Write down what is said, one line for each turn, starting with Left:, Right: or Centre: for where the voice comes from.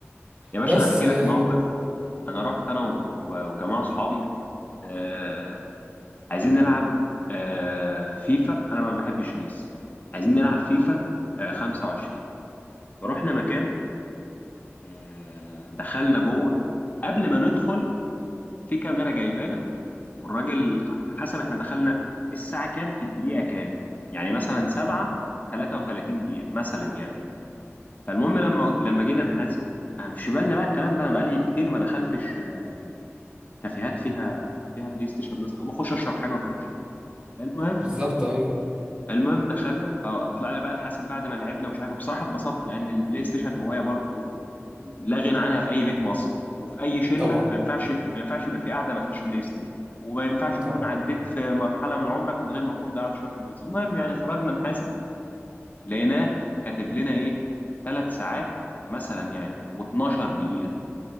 Left: يا باشا
Right: بس
Left: انا احكي
Right: آه،
Left: لك موقف انا رحت انا و- و- وجماعه صحابي آه عايزين نلعب آه فيفا انا ما بحبش بيس عايزين نلعب فيفا آه 25 رحنا مكان آه دخلنا جوه قبل ما ندخل في كاميرا جايبانا والراجل حسب احنا دخلنا الساعه كام في الدقيقه كام يعني مثلا 7 33 دقيقه مثلا يعني فالمهم لما لما جينا نحاسب أنا مش في بالنا بقى الكلام ده انا بقالي كتير ما دخلتش آه، كافيهات فيها فيها بلاي ستيشن مثلا او بخش اشرب حاجه وبمشي المهم
Right: بالظبط أيوه
Left: المهم دخلنا فطلعنا بقى نحاسب بعد ما لعبنا مش عارف بصراحه اتبسطت لان البلاي ستيشن هوايه برضو لا غنى عنها في اي بيت مصري وفي اي شله
Right: طبعا
Left: ما ينفعش يبقى ما ينفعش يبقى في قاعده ما فيهاش بلاي ستيشن وما ينفعش تكون
Right: طبعا
Left: عديت في مرحله من عمرك من غير ما تكون ضيعت شويه في البلاي ستيشن المهم يعني خرجنا نحاسب لقيناه كاتب لنا ايه ثلاث ساعات مثلا يعني و12 دقيقة